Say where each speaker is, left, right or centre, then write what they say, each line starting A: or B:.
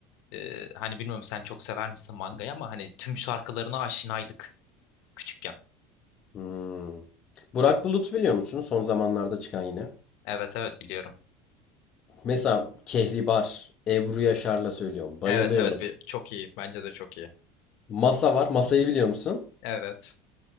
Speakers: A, on the left (about 60°); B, on the left (about 30°).
A: e, hani bilmiyorum sen çok sever misin Manga'yı ama hani tüm şarkılarına aşinaydık küçükken.
B: Hmm. Burak Bulut biliyor musun? Son zamanlarda çıkan yine.
A: evet evet biliyorum.
B: Mesela Kehribar, Ebru Yaşar'la söylüyorum. Bayılıyorum.
A: Evet evet bir, çok iyi. Bence de çok iyi.
B: Masa var. Masayı biliyor musun?
A: Evet.